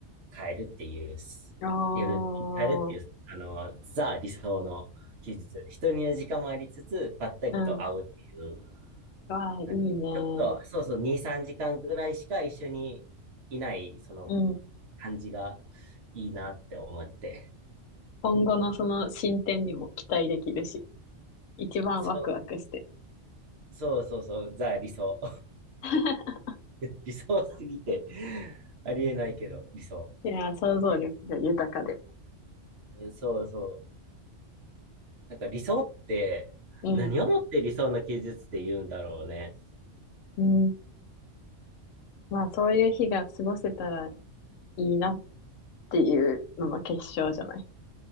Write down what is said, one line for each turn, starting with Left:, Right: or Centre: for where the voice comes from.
Right: 変えるっていう、
Left: ああ、
Right: 夜やる、変えるっていう、あの、ザ理想の休日。人には時間もありつつ、ばったりと会うっていう、
Left: うん。わあ、いいね。
Right: なんか、ちょっと、そうそう、2、3時間ぐらいしか一緒にいない、その
Left: うん。
Right: 感じがいいなって思って。
Left: 今後のその進展にも期待できるし、一番ワクワクして。
Right: そう、そうそうそう、ザ理想。
Left: <laughs>
Right: <laughs> 理想すぎてありえないけど、理想。
Left: いやー、想像力が豊かで。
Right: そうそう。なんか理想って、
Left: うん。
Right: 何をもって理想の休日って言うんだろうね。
Left: うん。まあそういう日が過ごせたらいいなっていうのの結晶じゃない。